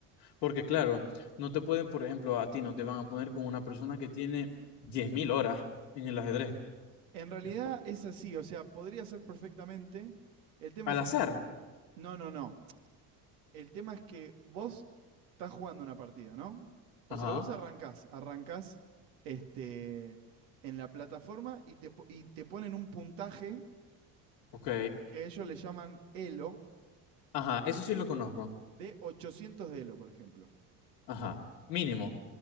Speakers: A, on the left (about 85°); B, on the right (about 75°).
A: Porque claro, no te pueden, por ejemplo, a ti no te van a poner con una persona que tiene 10.000 horas en el ajedrez.
B: En realidad
A: Es po-
B: es así, o sea, podría ser perfectamente. El tema
A: Al
B: es
A: azar.
B: así. No, no, no. El tema es que vos estás jugando una partida, ¿no? O
A: Ajá,
B: sea, vos arrancás, arrancás este, en la plataforma y te, po- y te ponen un puntaje
A: ok.
B: que, que ellos le llaman Elo
A: Ajá, eso
B: de,
A: sí lo conozco.
B: de 800 de Elo, por ejemplo.
A: Ajá, mínimo,